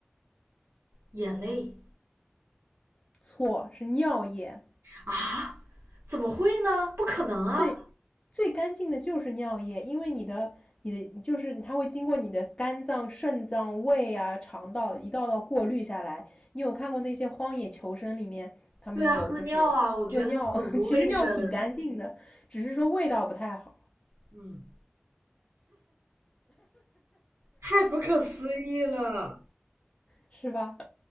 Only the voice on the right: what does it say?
眼泪
啊？怎么会呢？不可能啊！
对啊，喝尿啊，我觉得很不卫生。
嗯，太不可思议了。